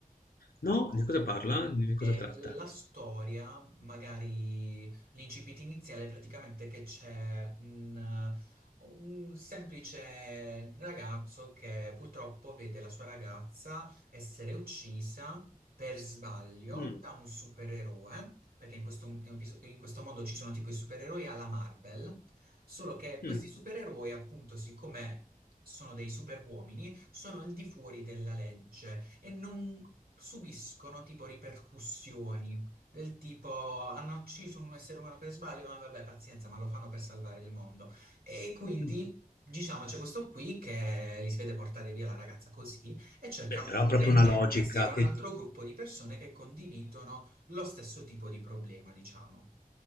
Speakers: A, on the left; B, on the right.
A: No? Di cosa parla? Di cosa
B: E
A: tratta?
B: la storia, magari l'incipit iniziale, è praticamente che c'è un, un semplice ragazzo che purtroppo vede la sua ragazza essere uccisa per sbaglio
A: Mh,
B: da un supereroe, perché in questo, in questo mondo ci sono tipo i supereroi alla Marvel, solo che
A: mh,
B: questi supereroi, appunto, siccome sono dei superuomini, sono al di fuori della legge e non subiscono tipo ripercussioni del tipo hanno ucciso un essere umano per sbaglio, ma vabbè, pazienza, ma lo fanno per salvare il mondo. E quindi
A: mh.
B: diciamo c'è questo qui che li si vede portare via la ragazza così e cerca
A: Beh, però ha proprio
B: vendetta
A: una logica
B: insieme
A: che
B: a un altro gruppo di persone che condividono lo stesso tipo di problema, diciamo.